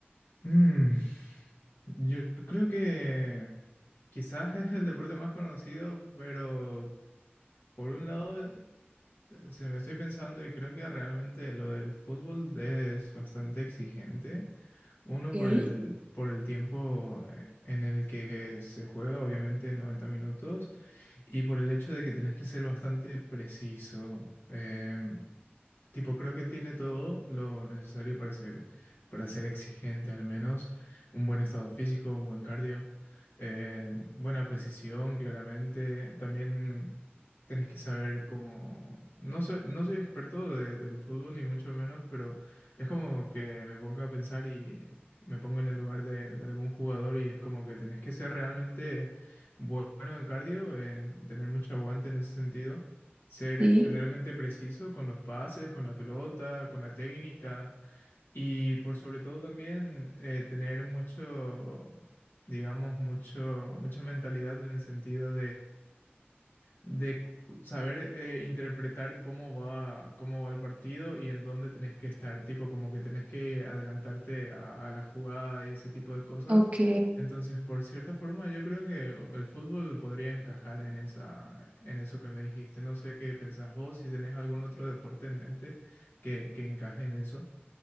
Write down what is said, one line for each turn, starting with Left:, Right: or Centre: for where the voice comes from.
Left: Mm, yo creo que quizás es el deporte más conocido, pero por un lado eh, se me estoy pensando y creo que realmente lo del fútbol es bastante exigente. Uno
Right: ok,
Left: por el, por el tiempo eh, en el que se juega, obviamente 90 minutos. Y por el hecho de que tenés que ser bastante preciso, em, Tipo, creo que tiene todo lo necesario para ser, para ser exigente, al menos. Un buen estado físico, un buen cardio, eh, buena precisión, claramente. También tenés que saber cómo... No soy, no soy experto de- del fútbol, ni mucho menos, pero es como que me pongo a pensar y me pongo en el lugar de, de algún jugador y es como que tenés que ser realmente bueno en cardio, en tener mucho aguante en ese sentido ser
Right: sí,
Left: realmente preciso con los pases, con la pelota, con la técnica y por sobre todo también eh, tener mucho, digamos, mucho, mucha mentalidad en el sentido de cu- saber eh, interpretar cómo va, cómo va el partido y en dónde tenés que estar, tipo como que tenés que adelantarte a, a la jugada y ese tipo de cosas.
Right: ok.
Left: Entonces, por cierta forma, yo creo que el fútbol podría encajar en esa, en eso que me dijiste. No sé qué pensás vos, si tenés algún otro deporte en mente que, que encaje en eso.